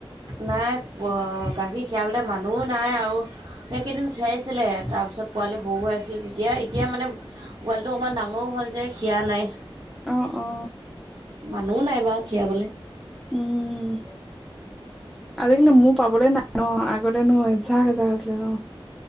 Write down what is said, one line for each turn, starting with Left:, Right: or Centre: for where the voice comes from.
Right: নাই অ গাখীৰ খীৰাবলে মানুহো নাই আৰু সেকেইদিন খীৰাইছিলে তাৰপিছত পোৱালি সৰু হৈ আছিলে তেতিয়া এতিয়া মানে পোৱালিটো অকমান ডাঙও হ'ল যে খিয়া নাই।
Centre: অ অ
Right: মানুহও নাই বাও খীৰাবলে।
Centre: উম
Right: উম
Centre: আজিকালি মো পাবলৈ নাই ন আগতেনো এজাক এজাক আছিলে ন।